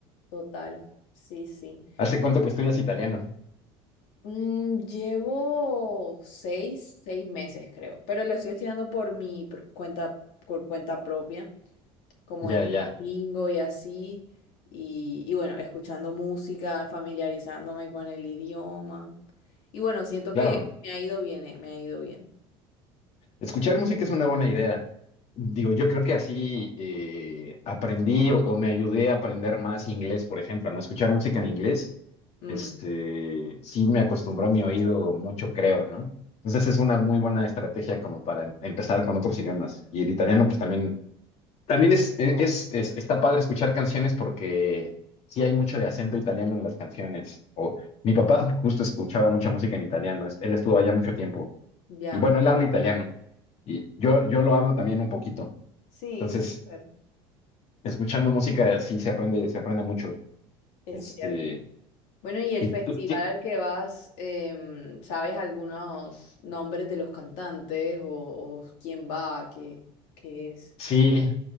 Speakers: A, on the left; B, on the left.
A: Total, sí, sí.
B: ¿Hace cuánto que estudias italiano?
A: Mm, llevo seis, seis meses, creo, pero lo estoy estudiando por mi pr- cuenta, por cuenta propia. como
B: Ya,
A: en
B: ya,
A: domingo y así. Y, y bueno, escuchando música, familiarizándome con el idioma. Y bueno, siento
B: claro.
A: que me ha ido bien, eh, me ha ido bien.
B: Escuchar música es una buena idea. Digo, yo creo que así eh, aprendí o, o me ayudé a aprender más inglés, por ejemplo, ¿no? Escuchar música en inglés,
A: Mm,
B: este, sí me acostumbró mi oído mucho, creo, ¿no? Entonces es una muy buena estrategia como para em- empezar con otros idiomas. Y el italiano, pues también, también es, e, es, es- está padre escuchar canciones porque sí hay mucho de acento italiano en las canciones. O, mi
A: sí,
B: papá justo escuchaba mucha música en italiano, él estuvo allá mucho tiempo.
A: ya.
B: Y bueno, él habla italiano y yo, yo lo hablo también un poquito.
A: Sí,
B: Entonces,
A: súper.
B: escuchando música así se aprende, se aprende mucho.
A: Es
B: Este,
A: cierto. Bueno, y el
B: y
A: festival
B: tú- ti-
A: al que vas, em, ¿sabes algunos nombres de los cantantes o, o quién va, qué, qué es?
B: sí,